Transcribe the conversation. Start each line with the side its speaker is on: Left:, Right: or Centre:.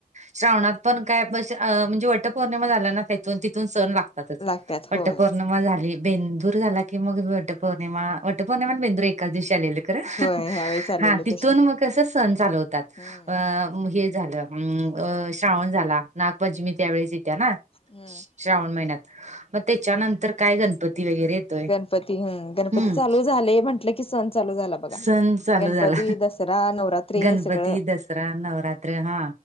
Right: श्रावणात, पण काय म्हणजे वटपौर्णिमा झाला ना त्याथून तिथून सण लागतातच
Left: लागतात
Right: वटपौर्णिमा
Left: होय
Right: मग झाली बेंदूर झाला की मग वट पौर्णिमा वट पौर्णिमा बेंदूर एकाच दिवशी आलेले. खर
Left: होय ह्यावेळी चाललेले
Right: हा तिथून
Left: तसे
Right: मग कस सण चालू होतात.
Left: हम्म
Right: हे झालं अम अ श्रावण झाला नागपंचमी त्यावेेळेस येत्या ना.
Left: हम्म
Right: श्रावण महिन्यात मग त्याच्यानंतर काय गणपती वगैरे येतोय.
Left: गणपती ह गणपती
Right: हम्म
Left: चालू झाले म्हटलं की सण चालू झाला. बघा
Right: सण चालू
Left: गणपती
Right: झाला.
Left: दसरा नवरात्री
Right: गणपती
Left: सगळं
Right: दसरा नवरात्र हा